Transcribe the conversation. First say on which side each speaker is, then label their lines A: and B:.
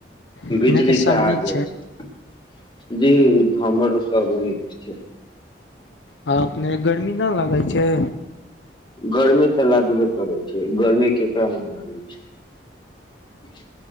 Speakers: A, on the left; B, on the left.
A: अपने
B: बिजली
A: के सब
B: तऽ
A: नीक
B: आ गेल छै जी हमरो सब निक छै
A: आ अपने गर्मी ना लागै छै
B: गर्मी तऽ लागबे पड़ैत छै गर्मी के लागै छै